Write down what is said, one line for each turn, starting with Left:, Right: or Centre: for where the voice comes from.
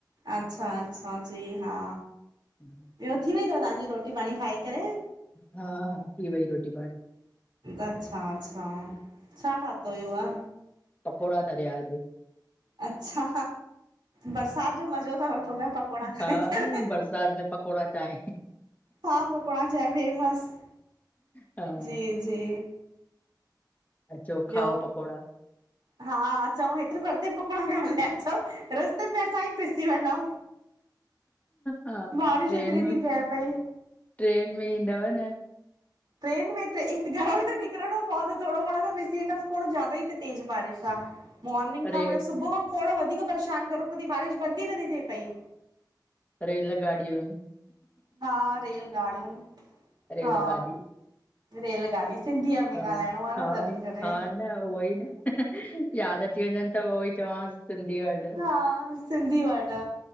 Right: अच्छा अच्छा जी हा।
Left: हम्म
Right: ॿियो थी वेई थव तव्हांजी रोटी पाणी खाई करे।
Left: हा हा थी वई रोटी पाणी।
Right: अच्छा अच्छा छा ठातयो हुयो आ।
Left: पकोड़ा तरया अञ
Right: अच्छा बरसात जो मज़ो ता वठो पिया पकोड़ा खाई
Left: हा
Right: करे।
Left: बरसाति में पकोड़ा चांहि।
Right: हा पकोड़ा चांह फेमस।
Left: हा
Right: जी जी
Left: चो
Right: ॿियो
Left: खाओ पकोड़ा
Right: हा अचऊ हेतिरे परते पकोड़ाण लाइ अच रस्ते में असां ई पिसी वञूं।
Left: हा
Right: बारिश
Left: ट्रेन
Right: हैतरी
Left: में
Right: थी पै पई।
Left: ट्रेन में ईंदव न।
Right: ट्रेन में घरो ई त निकिरणो पवंदो थोरो घणो त पिसी वेंदासीं ज्दा ई ते बारिश आहे। मोर्निंग खां
Left: रेल
Right: मतलब सुबुह खां खो वधीक परेशानु करे रखो थी बारिश बंद ई नथी थिए पई।
Left: रेलल गाड़ूं
Right: हा रेलगाड़ियूं
Left: रेल
Right: हा
Left: गाॾी
Right: रेलगाॾी सिंधीअ में
Left: हा
Right: ॻाल्हाइणो आ
Left: हा
Right: न तॾहिं करे।
Left: हा न उहोई न याद अची वञनि त उहो ई चवांसि सिंधी वंड
Right: हा सिंधी वाडा